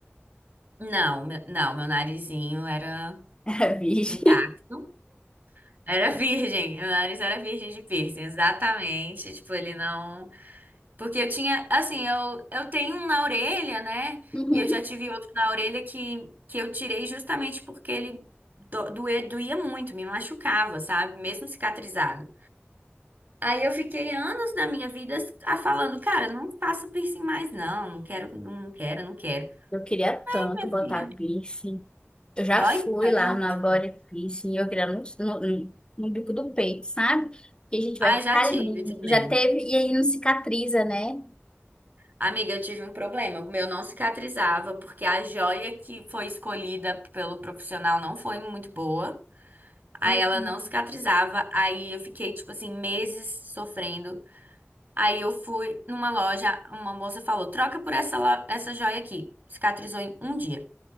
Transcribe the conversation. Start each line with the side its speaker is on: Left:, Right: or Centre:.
Right: Não, meu, não, meu narizinho era
Left: <laughs> Era virgem.
Right: intacto. Era virgem, meu nariz era virgem de piercing, exatamente. Tipo, ele não. Porque eu tinha, assim, eu, eu tenho um na orelha, né?
Left: Uhum.
Right: E eu já tive outro na orelha que, que eu tirei justamente porque ele do, doe- doía muito, me machucava, sabe? Mesmo cicatrizado. Aí eu fiquei anos da minha vida a- falando, cara, não faço piercing mais, não, não quero, não quero, não quero.
Left: Eu queria
Right: Ih,
Left: tanto
Right: minha
Left: botar
Right: filha,
Left: piercing. Eu já
Right: dói
Left: fui
Right: tanto.
Left: lá na Body Piercing, e eu queria no, no, no bico do peito, sabe? Que a gente vai
Right: Ah,
Left: ficar
Right: já tive
Left: ali.
Right: também.
Left: Já teve, e aí não cicatriza, né?
Right: Amiga, eu tive um problema. O meu não cicatrizava, porque a joia que foi escolhida pelo profissional não foi muito boa. Aí
Left: Ai,
Right: ela
Left: não.
Right: não cicatrizava. Aí eu fiquei, tipo assim, meses sofrendo. Aí eu fui numa loja, uma moça falou: troca por essa, lo- essa joia aqui. Cicatrizou em um dia,